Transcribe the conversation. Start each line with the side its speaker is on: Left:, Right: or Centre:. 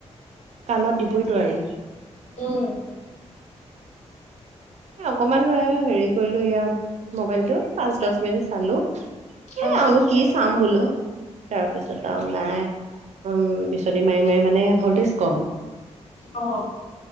Right: কাণত দিবই দোৱাৰি।
Left: উম,
Right: অকমান হেৰি কৰিলো এয়া মোবাইলটো পাঁচ দহ মিনিট চালো। এ
Left: অ',
Right: আৰুনো কি চাম বলো। তাৰপিছত আৰু নাই বিচনী মাৰি মাৰি মানে ভল্টেজ কম।
Left: অহ।